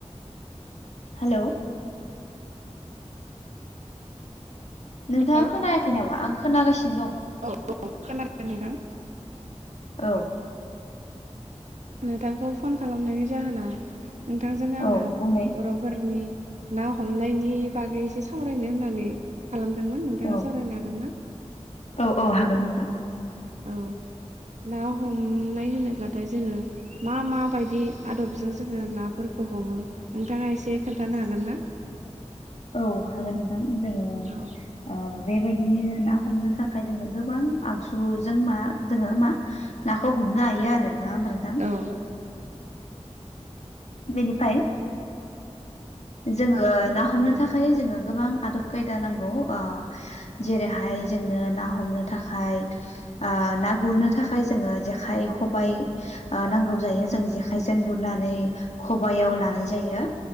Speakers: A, on the left (about 70°); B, on the right (about 80°).
A: हेलौ नोंथाङा
B: हेल'
A: खोनायाखै नामा आं खोनागासिनो दं
B: औ औ खोनादों नोंथां
A: औ
B: नोंथांखौ फन खालामनायनि जाहोना नोंथांजों आङो
A: औ बुंलाय
B: बर'फोरनि ना हमनायनि बागै एसे सावरायनो होननानै खालामदोंमोन नोंथाङा
A: औ
B: सावरायनो हागोन ना
A: औ औ हागोन नोंथां
B: औ ना हमनाय होनोब्लाथाय जोङो मा माबायदि आदबजों जोङो नाफोरखौ हमो नोंथाङा एसे खोन्थानो हागोन ना
A: औ हागोन नोंदां जोङो
B: औ
A: ओ बेबायदिनो ना हमनो थाखाय जोंनो गोबां आगजुजों मा जोङो मा नाखौ हमनो हायो आरो नङा होनबा नोंथां
B: औ
A: <inaudible> बेनिफ्राय जोङो ना हमनो थाखाय जोङो गोबां आदब खायदा नांगौ ओ जेरैहाय जोंनो ना हमनो थाखाय ओ ना गुरनो थाखाय जोङो जेखाइ खबाइ नांगौ जायो जों जेखायजों गुरनानै खबाइयाव लानाय जायो